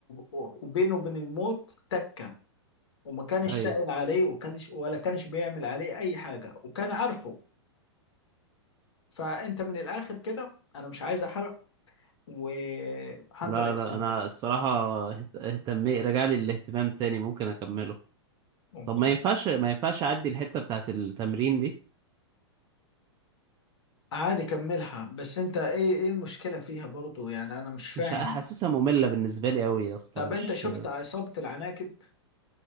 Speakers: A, on the left (about 70°); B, on the right (about 30°).
A: وبينه وبين الموت تكه وما كانش
B: ايوه
A: سائل عليه وكانش ولا كانش بيعمل عليه اي حاجه وكان عارفه فانت من الاخر كده انا مش عايز احرق وهانتر
B: لا
A: اكس
B: لا
A: هانتر
B: انا الصراحة اهت- اهتمي رجع لي الاهتمام تاني ممكن اكمله
A: ممكن
B: طب ما ينفعش ما ينفعش اعدي الحتة بتاعت التمرين دي
A: عادي كملها بس انت ايه ايه المشكله فيها برضو يعني انا مش فاهم
B: مش حاسسها مملة بالنسبة لي قوي يا اسطى
A: طب
B: مش
A: انت شفت عصابه العناكب